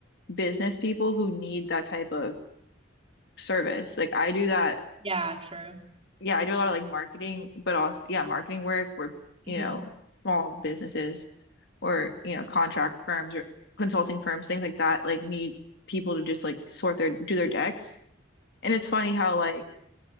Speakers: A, on the left; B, on the right.
A: business people who need that type of service. Like I do that
B: Yeah, true.
A: yeah, I do a lot of like marketing, but also yeah, marketing work where, you
B: hmm
A: know, small businesses or, you know, contract firms or consulting firms, things like that, like need people to just like sort their do their decks. And it's funny how like